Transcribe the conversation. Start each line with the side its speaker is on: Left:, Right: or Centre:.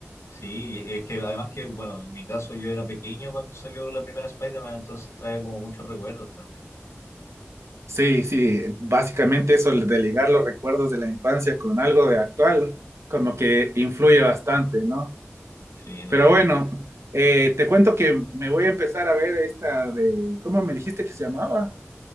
Left: Sí, es que además que, bueno, en mi caso yo era pequeño cuando salió la primera Spider-Man, entonces trae como muchos recuerdos también.
Right: Sí, sí, básicamente eso de ligar los recuerdos de la infancia con algo de actual, como que influye bastante, ¿no?
Left: Sí,
Right: Pero
Left: totalmente.
Right: bueno, eh, te cuento que me voy a empezar a ver esta de, ¿cómo me dijiste que se llamaba?